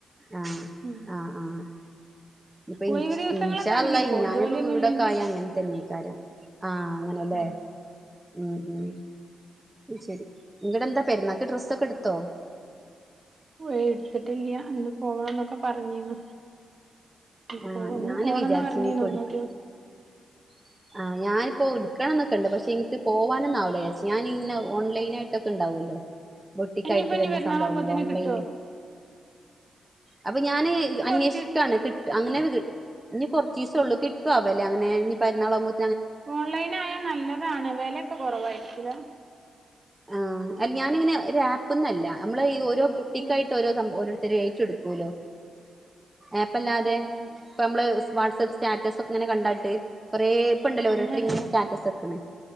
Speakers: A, on the right; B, on the right.
A: ആഹ്
B: ഉം
A: ആഹ് ആഹ് ഇപ്പ ഇൻ
B: ഒഴിവ് ദിവസങ്ങളൊക്കെ
A: ഇൻഷാള്ള
B: ആണെങ്കി പോവും
A: ഞാനിപ്പൊ
B: ജോലിയൊന്നും
A: വീടൊക്കായി
B: ഇല്ലെങ്കി
A: അങ്ങനെ- തന്നേക്കാരം ആഹ് അങ്ങനെയല്ലേ
B: ആഹ്
A: ഉം ഉം ശരി നിങ്ങടെ എന്താ പെരുന്നാക്ക് ഡ്രെസ്സൊക്കെ എടുത്തോ
B: ഓ എടുത്തിട്ടില്ലിയാ ഇന്ന് പോവണംന്നൊക്കെ പറഞ്ഞിനു ഇപ്പൊ
A: ആഹ്
B: ഇന്ന്
A: ഞാന്
B: പോണംന്നാ
A: വിചാരിച്ച്
B: പറഞ്ഞീനു
A: ഇനിയിപ്പോ എടുക്ക്
B: ഇന്നൊരു-
A: <inaudible> ആഹ് ഞാനിപ്പം ഉടുക്കണം എന്നൊക്കെ ഉണ്ട് പക്ഷെ എനിക്ക് പോവാനൊന്നാവില്ലോ വിചാരിച്ച് ഞാനിങ്ങനെ ഓൺലൈൻ ആയിട്ടൊക്കെ ഉണ്ടാവുമല്ലോ ബൊട്ടിക്കായിട്ട്
B: ഇനിയിപ്പോ ഇനി
A: വരുന്ന
B: പെരുന്നാളാകുമ്പോത്തിന്
A: സംഭവങ്ങള് ഓൺലൈനില്
B: കിട്ടുവോ
A: അപ്പൊ ഞാന്
B: ഇനിയിപ്പോ
A: അന്വേഷിക്കയാണ്
B: കൊറച്ച് ദിവസല്ലേ ഉള്ളൂ
A: കിട്ട്- അങ്ങനെ ഇനി കുറച്ച് ദിവസേ ഉള്ളൂ കിട്ടാവോ അവലെ അങ്ങനെ ഇനി പെരുന്നാളാകുമ്പോ-
B: ഓൺലൈൻ ആയാൽ നല്ലതാണ് വെലയൊക്കെ കൊറവായിരിക്കില്ലേ
A: ആഹ് അല്ല ഞാനിങ്ങനെ ഒര് ആപ്പ് എന്നല്ല നമ്മള് ഈ ഓരോ ബൊട്ടിക്കായി-
B: ഉം
A: ഓരോ സംഭവം ഓരോരുത്തര് ഏറ്റ് എടുക്കുവല്ലോ ഏപ്പല്ലാതെ-
B: എങ്ങനെ
A: ഇപ്പം നമ്മള് വാട്സ്ആപ്പ് സ്റ്റാറ്റസ് ഒക്കെ ഇങ്ങനെ കണ്ടാട്ട്- കൊറേ ഇപ്പം ഇണ്ടല്ലോ ഓരോരുത്തര്
B: അങ്ങനല്ലേ
A: ഇങ്ങനെ സ്റ്റാറ്റസ് വെക്കണെ